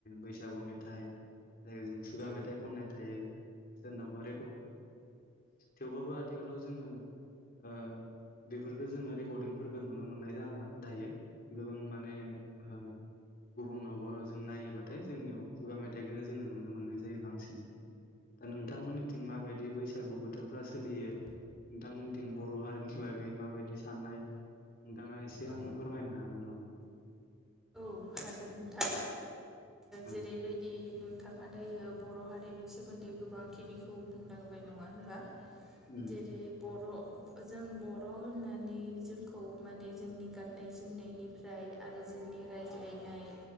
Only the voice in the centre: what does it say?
औ
औ
हागोन नोंथां
जेरैबायदि नों। थाङा दायो बर' हारिनि सोमोन्दै गोबांखिनिखौ बुंलांबाय नङा होनबा।
जेरै बर'। जों बर' होननानै जोंखौ माने जोंनि गाननाय जोमनायनि ओमफ्राय आरो जोंनि रायज्लायनाय